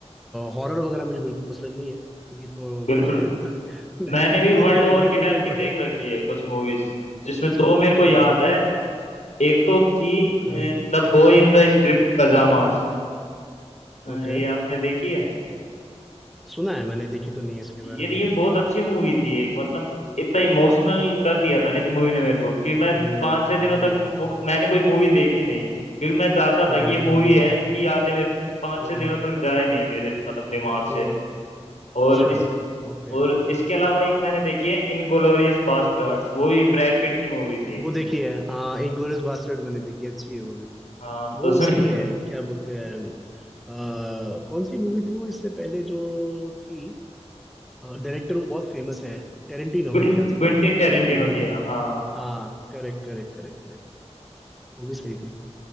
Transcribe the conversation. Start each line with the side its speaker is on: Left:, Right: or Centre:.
Centre: हॉरर वगैरह मुझे बिल्कुल पसंद नहीं है क्योंकि तो
Left: बिल्कुल
Centre: मुझे <laughs> मेरे
Left: मैंने भी वर्ल्ड
Centre: को
Left: वॉर
Centre: एंटरटेनमेंट
Left: के टाइम की
Centre: पसंद
Left: देख रखी
Centre: है
Left: है कुछ मूवीज जिसमें
Centre: अच्छा
Left: दो मेरे को
Centre: कौन
Left: याद
Centre: सी
Left: है एक तो थी
Centre: हाँ
Left: the boy in the striped pyjamas ये
Centre: ओके
Left: आपने देखी है
Centre: सुना है मैंने देखी तो नहीं है इसके
Left: ये
Centre: बारे में
Left: ये बहुत अच्छी मूवी थी एक मतलब इतना इमोशनल कर दिया था ना इस मूवी ने मेरे को कि मैं
Centre: हम्म
Left: पाँच छह दिनों
Centre: हम्म
Left: तक मु- मैंने कोई मूवी देखी नहीं क्योंकि मैं चाहता
Centre: हम्म
Left: था कि ये मूवी
Centre: हम्म हम्म
Left: है इसकी यादें मेरे पाँच
Centre: हम्म,
Left: छह दिनों तक जाए नहीं मेरे मतलब दिमाग से
Centre: हम्म,
Left: और
Centre: अच्छा
Left: इस
Centre: ओके
Left: और इसके अलावा एक मैंने देखी है इनग्लोरियस बास्टर्ड्स वो भी ब्रैड पिट की मूवी थी
Centre: वो देखी है हाँ इंग्लोरियस बास्टर्ड मैंने देखी है अच्छी है वो
Left: हाँ
Centre: वो
Left: तो उसमें
Centre: उसकी है क्या बोलते हैं आ, कौन सी मूवी थी वो इससे पहले जो थी डायरेक्टर वो बहुत फेमस है टेरेंटिनो मेरे
Left: क्विंटिन
Centre: ख्याल से ना क्विंटन
Left: टेरेंटिनो
Centre: टेरेंटिनो
Left: की है, हाँ
Centre: हाँ करेक्ट करेक्ट करेक्ट करेक्ट वो भी सही थी